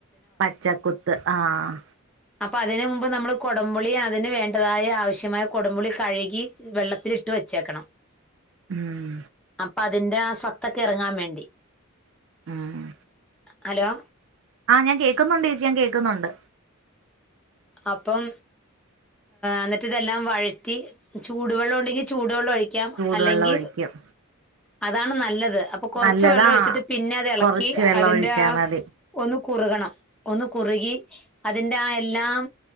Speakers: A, on the right (about 65°); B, in the centre.
A: പച്ചക്കു ത്ത് ആഹ്
B: <inaudible> അപ്പൾ അതിന് മുമ്പ് നമ്മൾ കൊടംപുളി അതിന് വേണ്ടതായ ആവശ്യമായ കുടംപുളി കഴുകി വെള്ളത്തിലിട്ട് വെച്ചേക്കണം
A: ഉം
B: അപ്പൊ അതിന്റെ ആഹ് സത്തൊക്കെ ഇറങ്ങാൻ വേണ്ടി
A: ഉം
B: ഹലോ
A: ആഹ് ഞാൻ കേൾക്കുന്നുണ്ട് ചേച്ചിഞാൻ കേൾക്കുന്നുണ്ട്
B: അപ്പം എന്നിട്ട് ഇതെല്ലാം വഴറ്റി ചൂടുവെള്ളം ഉണ്ടെങ്കിൽ ചൂടുവെള്ളം ഒഴിക്കും ക്കാം
A: ചൂടുവെള്ളം
B: അല്ലെങ്കിൽ
A: ഒഴിക്കും
B: അതാണ് നല്ലത് അപ്പൊ കൊറച്ച്
A: നല്ലതാ
B: വെള്ളം ഒഴിച്ചിട്ട് പിന്നെ അത് ഇളക്കി
A: കൊറച്ച് വെള്ളം
B: അതിന്റെ
A: ഒഴിച്ചാ
B: ആഹ്
A: മതി
B: ഒന്ന് കുറുകണം ഒന്ന് കുറുകി അതിന്റെ ആ എല്ലാം